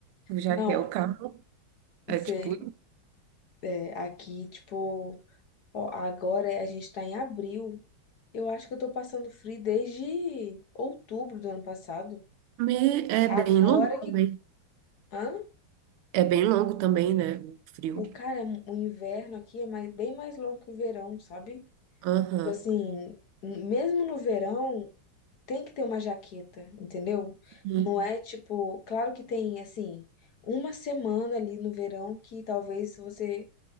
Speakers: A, on the right (about 85°); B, on the left (about 55°).
A: Tu Já
B: Não,
A: quer o carro, é
B: sei.
A: tipo,
B: É, aqui, tipo, ó, agora a gente tá em abril. Eu acho que eu tô passando frio desde outubro do ano passado.
A: me- é
B: Agora
A: bem longo também.
B: que. Hã?
A: É bem longo também, né? O frio.
B: O cara, o inverno aqui é mais, bem mais longo que o verão, sabe?
A: Aham.
B: Tipo assim, mesmo no verão. tem que ter uma jaqueta, entendeu?
A: Hum,
B: Não é tipo, claro que tem assim, uma semana ali no verão que talvez você